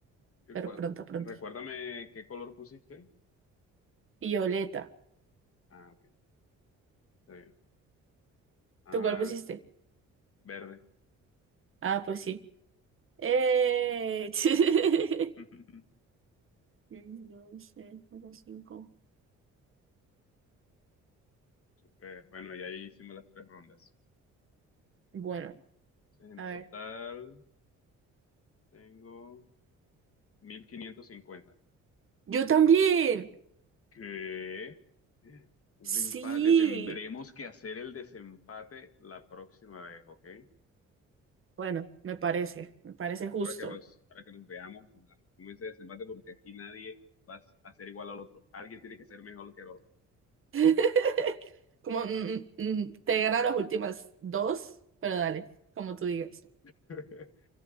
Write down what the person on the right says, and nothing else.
pero
pronto, pronto.
Violeta,
¿tú cuál pusiste?
Ah, pues sí. ¡Eh! <laughs>
Mm, No sé, juego cinco.
Bueno,
a ver.
Yo también.
Sí.
Bueno, me parece, me parece justo.
<laughs> Como mm, mm, mm, te ganan las últimas dos, pero dale, como tú digas.